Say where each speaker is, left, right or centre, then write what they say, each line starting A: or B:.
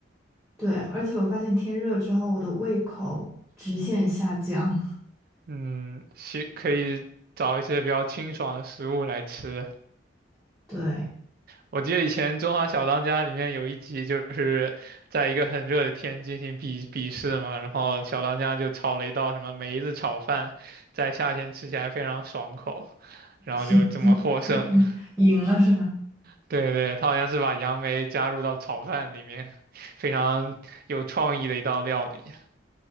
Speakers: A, in the centre; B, on the right.
A: 对，而且我发现天热之后，我的胃口直线下降。
B: 嗯，是，可以找一些比较清爽的食物来吃。
A: <laughs> 对，
B: 我记得以前《中华小当家》里面有一集，就是在一个很热的天进行比比试嘛，然后小当家就炒了一道什么梅子炒饭，在夏天吃起来非常爽口，然后就这么获胜了。
A: <laughs> 赢赢了是吧？
B: <laughs> 对对，他好像是把杨梅加入到炒饭里面，非常有创意的一道料理。